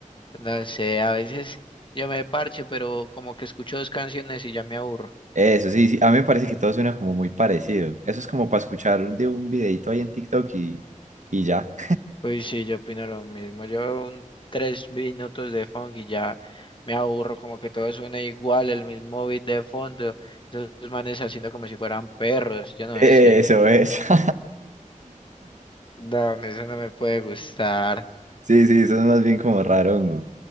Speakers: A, on the left (about 40°); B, on the right (about 65°).
A: no sé, a veces yo me parcho, pero como que escucho dos canciones y ya me aburro.
B: Eso, sí, sí, a mí me parece que todo suena como muy parecido. Eso es como para escuchar de un videito ahí en TikTok y, y ya.
A: Uy, sí, yo opino lo mismo. Yo un tres minutos de funk y ya me aburro, como que todo suena igual, el mismo beat de fondo, esos manes haciendo como si fueran perros,
B: <laughs>
A: yo no
B: Eso
A: sé.
B: es. <laughs>
A: No, a mí eso no me puede gustar.
B: Sí, sí, eso es más bien como raro, hongo.